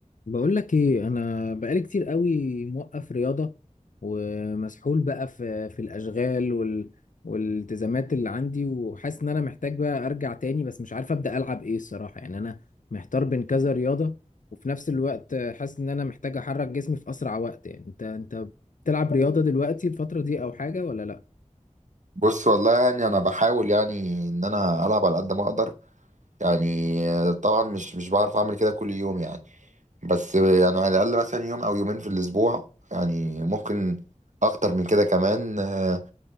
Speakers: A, on the left; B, on the right.
A: بقول لك ايه انا بقالي كتير قوي موقف رياضة ومسحول بقى في في الاشغال وال والالتزامات اللي عندي وحاسس ان انا محتاج بقى ارجع تاني بس مش عارف ابدا العب ايه الصراحة يعني انا محتار بين كذا رياضة وفي نفس الوقت حاسس ان انا محتاج احرك جسمي في اسرع وقت يعني انت انت بتلعب رياضة دلوقتي الفترة دي او حاجة ولا لا
B: بص والله يعني انا بحاول يعني ان انا العب على قد ما اقدر يعني طبعا مش مش بعرف اعمل كده كل يوم يعني بس يعني على الاقل مثلا يوم او يومين في الاسبوع يعني ممكن اكتر من كده كمان آه،